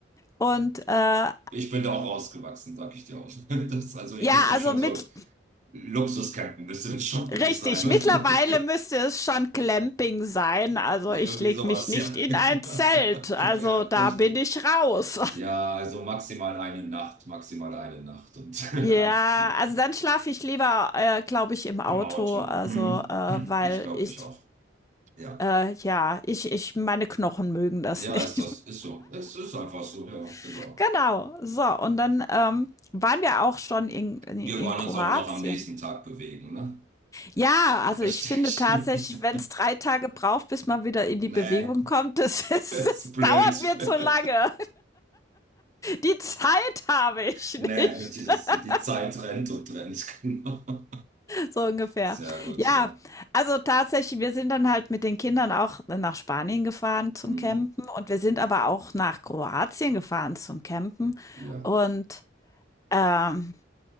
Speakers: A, on the left; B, on the right.
A: und äh,
B: Ich bin da auch rausgewachsen, sag ich dir auch. <laughs> Das, also ich
A: ja,
B: müsste
A: also
B: schon
A: mit
B: so Luxuscampen, müsste das schon für
A: Richtig,
B: mich sein. <laughs>
A: mittlerweile müsste es schon Clamping sein. Also
B: Irgendwie
A: ich lege
B: sowas,
A: mich nicht
B: ja.
A: in
B: <laughs>
A: ein Zelt. Also
B: Ja,
A: da
B: richtig.
A: bin ich raus.
B: Ja, also maximal eine Nacht, maximal eine Nacht und
A: <laughs>
B: <laughs>
A: ja,
B: ja,
A: also
B: genau.
A: dann schlafe ich lieber, äh, glaube ich, im Auto.
B: Im Auto.
A: Also, äh, weil
B: Ich glaube,
A: ich,
B: ich auch. Ja.
A: äh, ja, ich, ich, meine Knochen mögen das
B: Ja,
A: nicht.
B: ist das, ist so. Es ist einfach so, ja, genau.
A: <laughs> genau. So, und dann ähm, waren wir auch schon in, in,
B: Wir
A: in
B: wollen
A: Kroatien.
B: uns auch noch am nächsten Tag bewegen, ne?
A: Ja, also
B: Richtig.
A: ich finde tatsächlich,
B: <laughs>
A: wenn es drei Tage braucht, bis man wieder in die
B: Nee,
A: Bewegung kommt, das, <laughs> ist,
B: ist
A: das
B: blöd.
A: dauert mir zu lange. Die Zeit habe ich
B: Nee,
A: nicht.
B: die, das,
A: <laughs>
B: die Zeit rennt und rennt, <laughs> genau.
A: So ungefähr.
B: Sehr gut,
A: Ja,
B: ja.
A: also tatsächlich, wir sind dann halt mit den Kindern auch nach Spanien gefahren zum
B: Mhm.
A: Campen und wir sind aber auch nach Kroatien gefahren zum Campen.
B: Ja,
A: Und ähm,